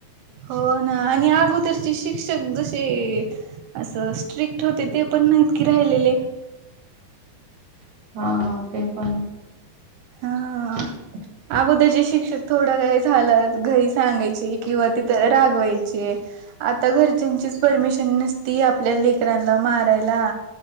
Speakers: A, on the right; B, on the right.
A: हो ना, आणि अगोदरचे शिक्षक जसे- असं स्ट्रिक्ट होते, ते पण नाहीत की राहिलेले.
B: हा, ते पण आहे.
A: हा
B: <unintelligible>
A: अगोदरचे शिक्षक थोडं काय झालं, घरी सांगायचे किंवा तिथं रागवायचे. आता घरच्यांचीच परमिशन नसती, आपल्या लेकरांला मारायला.